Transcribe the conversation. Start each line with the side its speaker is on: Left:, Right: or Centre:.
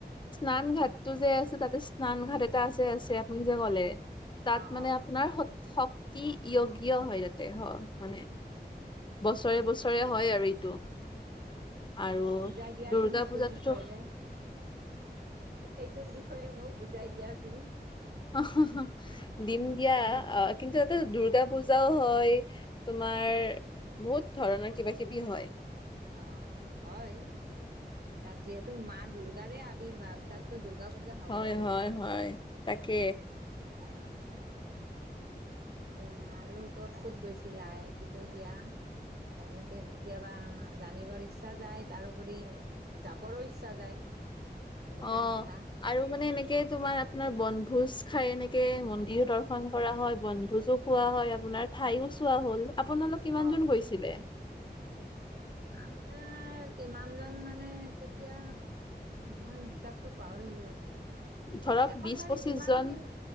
Left: স্নান ঘাতটো যে আছে তাতে স্নান ঘাত এটা আছে-আছে আপুনি যে ক'লে তাত
Right: অ
Left: মানে
Right: অ
Left: আপোনাৰ সত শক্তি য়জ্ঞ হয় তাতে, হয় মানে। বছৰে
Right: সেই
Left: বছৰে হয় আৰু এইটো। আৰু
Right: বুজাই দিয়াচোন
Left: দুৰ্গা
Right: সেইটোৰ
Left: পূজাতোতো
Right: বিষয়েলে সেইটোৰ বিষয়ে মোক বুজাই দিয়াচোন।
Left: অহ' দিম দিয়া
Right: তেনেকুৱা
Left: অহ, কিন্তু এটা দুৰ্গা পুজা পূজাও হয়, তোমাৰ বহুত ধৰণৰ কিবা কিবি হয়।
Right: অহ' হয়। তাত যিহেতু মা দুৰ্গাৰ আৱিৰ্ভাৱ তাত তো দুৰ্গা পূজা হ'বই
Left: হয়
Right: লাগিব।
Left: হয়
Right: অহ,
Left: হয় তাকে
Right: অহ। পিছে আৰু ক'ত ক'ত গৈছিলা এইটো কৈ দিয়া। এনেকে কেতিয়াবা জানিবৰ ইচ্ছা যায়, তাৰোপৰি যাবৰো ইচ্ছা যায়। দুয়োটাই
Left: অহ'
Right: কথা
Left: আৰু মানে এনেকে তোমাৰ আপোনাৰ বনভোজ খাই এনেকে কে মন্দিৰো দৰ্শন কৰা হয় বনভোজো খোৱা হয়, আপোনাৰ ঠাইও চোৱা হ'ল। আপোনালোক কিমানজন
Right: অ'।
Left: গৈছিলে।
Right: আমাৰ কিমান জন মানে তেতিয়া মই হিচাপতটো পাহৰিলোঁ।
Left: ধৰক
Right: এ, এখন
Left: বিশ
Right: গাড়ী
Left: পঁচিশ
Right: যিমানখিনি।
Left: জন